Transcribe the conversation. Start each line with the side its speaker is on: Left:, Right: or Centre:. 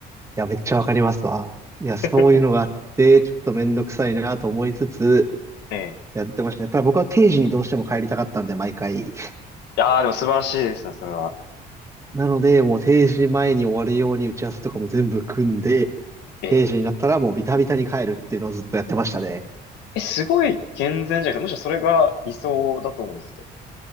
Right: いや、めっちゃわかりますわ。いや、そういうのがあって、
Left: <laughs>
Right: ちょっとめんどくさいなと思いつつ、
Left: ええ。
Right: やってましたね。ただ僕は定時にどうしても帰りたかったんで、毎回。
Left: ああ、でも素晴らしいですね、それは。
Right: なので、もう定時前に終わるように打ち合わせとかも全部組んで、
Left: ええ。
Right: 定時になったらもうビタビタに帰るっていうのをずっとやってましたね。
Left: え、すごい健全じゃなくて、むしろそれが理想だと思うんですけど。